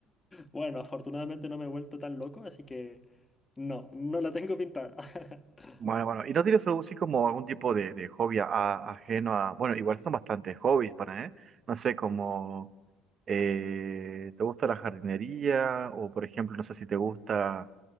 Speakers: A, on the left; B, on the right.
A: Bueno, afortunadamente no me he vuelto tan loco, así que no, no la tengo pintada. <laughs>
B: Bueno, bueno, ¿y no tienes algo así como algún tipo de, de hobby a- ajeno a... Bueno, igual son bastantes hobbies para, ¿eh? No sé, como... eh, ¿te gusta la jardinería? O, por ejemplo, no sé si te gusta